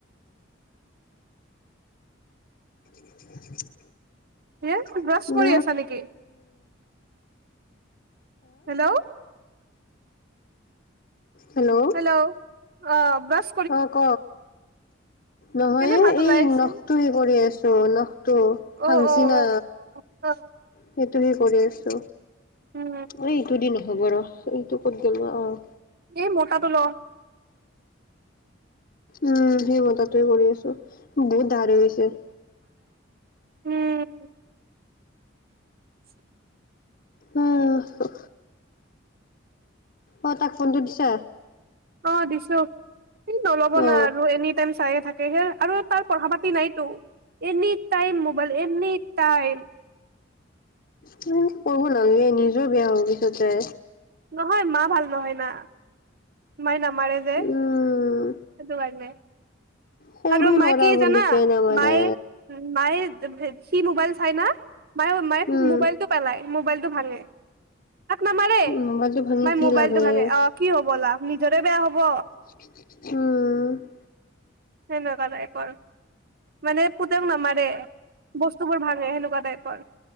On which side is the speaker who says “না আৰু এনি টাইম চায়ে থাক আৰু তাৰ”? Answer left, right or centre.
Right